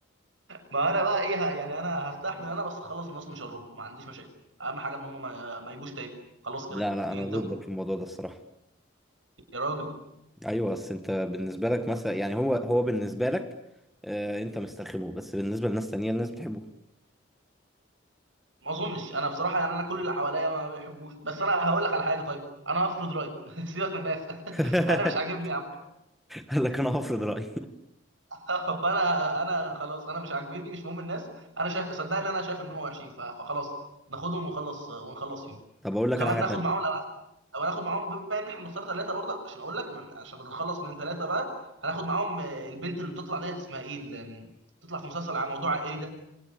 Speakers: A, on the right; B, in the centre.
A: ما انا بقى ايه ه- يعني انا هستحمل انا بس اخلص الناس من شرهم ما عنديش مشاكل اهم حاجه ان هم ما, ما يجوش تاني خلاص كده
B: لا لا
A: ينتهوا
B: أنا ضدك في الموضوع ده الصراحة
A: يا راجل
B: ايوه بس انت بالنسبه لك مثلا يعني هو هو بالنسبه لك آه انت مستخدمه بس بالنسبه لناس تانية الناس بتحبه
A: ما اظنش انا بصراحه يعني انا كل اللي حواليا ما بيحبوش بس انا هقول لك على حاجه طيب انا هفرض رايي <laughs> سيبك من الناس <laughs>
B: <laughs>
A: انا مش عاجبني يا عم
B: قال لك انا هفرض رايي
A: <laughs> فانا انا خلاص انا مش عاجبني مش مهم الناس انا شايف صدقني انا شايف ان هو وحشين ف- فخلاص ناخدهم ونخلص ونخلص فيهم
B: طب اقول
A: وكمان
B: لك على حاجه
A: ناخد
B: تانية
A: معاهم او هناخد معاهم بما ان احنا بنختار ثلاثه برضك عشان اقول لك من عشان نتخلص من ثلاثه بقى هناخد معاهم آه، البنت اللي بتطلع ديت اسمها ايه اللي بتطلع في مسلسل على موضوع عائلي ده